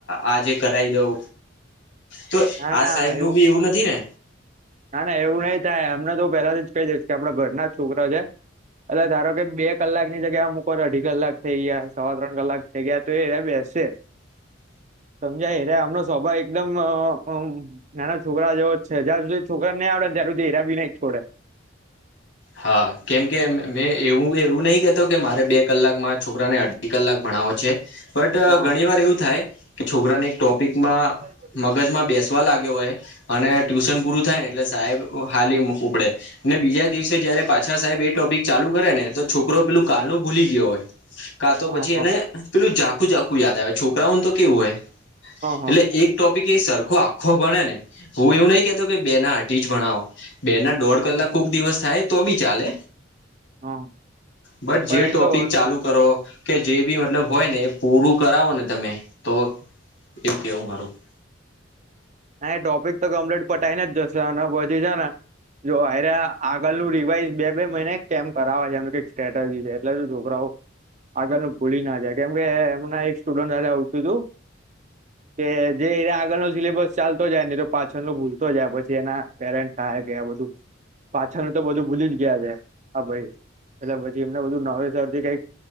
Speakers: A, on the left (about 70°); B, on the right (about 40°).
A: આજે કરાઈ દઉં. તો
B: ના
A: આજ
B: ના
A: સાહેબ નું બી એવું નથી ને
B: ના ના એવું નઈ થાય અમને તો પેલાથી જ કહી દઇશ કે આપડા ઘરના છોકરા છે. અ ધારો કે બે કલાક ની જગ્યા મૂકો તો અઢી કલાક થઈ ગયા સવા ત્રણ કલાક થઈ ગયા તો એ બેશે.
A: <inaudible>
B: સમજાય રે આમનો સ્વભાવ એકદમ અમ નાના છોકરા જેવો જ છે, જ્યાં સુધી છોકરા નહીં આવડે ને ત્યારે દેરા ભી નહિ છોડે.
A: હા કેમ કે મેં એવું એવું નહીં કે તો કે મારે બે કલાક મારા છોકરાને અઢી કલાક ભણાવો છે. બટ
B: હ
A: ઘણી વાર એવું થાય કે છોકરાને એક ટોપિક
B: હા
A: માં મગજમાં બેસવા લાગ્યો હોય. અને ટ્યુશન પૂરું થાય ને એટલે સાહેબ હાલી ઉપડે બીજા દિવસે જયારે પાછા સાહેબ એ ટોપિક ચાલુ કરે ને તો છોકરો પેલું કાલ નું ભૂલી ગયો હોય. કાં તો
B: હા
A: પછી
B: હા
A: એને પેલું ઝાખું ઝાખું યાદ આવે છોકરાઓને તો કેવું હોય.
B: હા
A: એટલે એક ટોપ સરખો આખો ભણે ને હું એવું નહી કેતો કે બે ના અઢી જ ભણાવો. બે ના દોઢ
B: હા
A: કલાક કોક દિવસ થાય તો બી ચાલે.
B: હા
A: બટ જે
B: પણ
A: ટોપિક
B: એ તો
A: ચાલુ કરો. કે જે બી મતલબ હોય ને એ પૂરું કરાવો, ને તમે તો એવું કેવું મારું <inaudible>
B: અહીંયા ટોપિક તો કમ્પ્લીટ પટાઈને જશુ આના પછી છે ને જો અરે આગળનું રિવાઈઝ બે બે મહિને કેમ કરાવે છે, એમ કંઈક સ્ટ્રેટેજીસ છે એટલે સુ છોકરાઓ આગળનું ભૂલી ના જાય કેમ કે એમના એક સ્ટુડન્ટે હારે આવતુંતું, કે જે એ આગળ નો સિલેબસ ચાલતો જાય તો પાછળ નો ભૂલતો જાય પછી એના પેરેન્ટ કે આ બધું પાછળનું તો બધું ભૂલી જ ગયા છે, હા ભાઈ એટલે પછી એમને બધું નવેસર થી કંઈક.